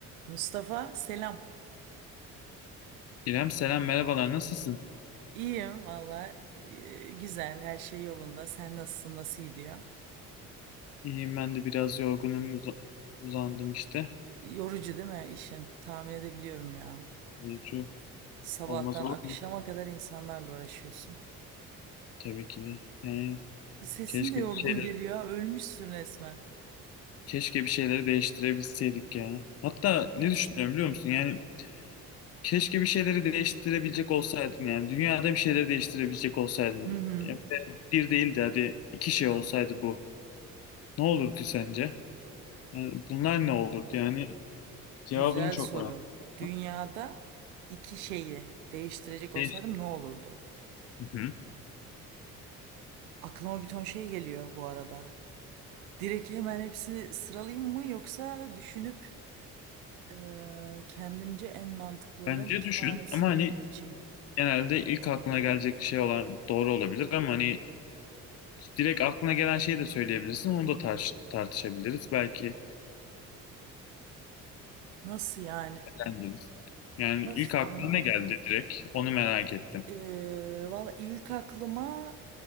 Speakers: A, on the right; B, on the left.
A: Mustafa selam.
B: İrem selam merhabalar nasılsın?
A: İyiyim valla. Ee, Güzel her şey yolunda. Sen nasılsın? Nasıl gidiyor?
B: İyiyim ben de biraz yorgunum uza- uzandım işte.
A: Yorucu değil mi işin? Tahmin edebiliyorum ya.
B: Yorucu
A: Sabahtan
B: olmaz olur
A: akşama
B: mu?
A: kadar insanlarla uğraşıyorsun.
B: Tabii ki de. Yani
A: Sesin
B: keşke
A: de yorgun
B: bir şeyleri
A: geliyor. ha, Ölmüşsün resmen.
B: keşke bir şeyleri değiştirebilseydik ya. Hatta ne düşünüyorum biliyor musun? Yani keşke bir şeyleri değiştirebilecek olsaydın yani dünyada bir şeyleri değiştirebilecek olsaydın.
A: Hı hı.
B: Yani bir de bir değil de hadi iki şey olsaydı bu. Ne olurdu sence? Yani bunlar ne olurdu? Yani cevabını
A: Güzel
B: çok
A: soru.
B: merak ediyorum.
A: Dünyada iki şeyi değiştirecek olsaydım
B: Değiş-
A: ne olurdu?
B: Hı hı.
A: Aklıma bir ton şey geliyor bu arada. Direkt hemen hepsini sıralayayım mı yoksa düşünüp Eee, kendimce en mantıklı olan
B: Bence
A: iki
B: düşün
A: tanesini
B: ama hani
A: mi seçeyim?
B: genelde ilk aklına gelecek şey olan doğru olabilir ama hani direkt aklına gelen şeyi de söyleyebilirsin. Onu da tar- tartışabiliriz. Belki
A: Nasıl yani?
B: eğleniriz. Yani
A: Nasıl
B: ilk aklına
A: anlamadım.
B: ne geldi direkt? Onu merak ettim.
A: Eee valla ilk aklıma